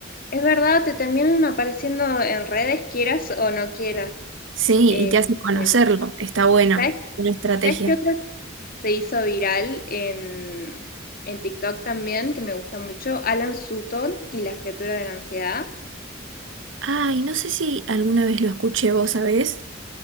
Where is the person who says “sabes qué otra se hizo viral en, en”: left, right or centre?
Left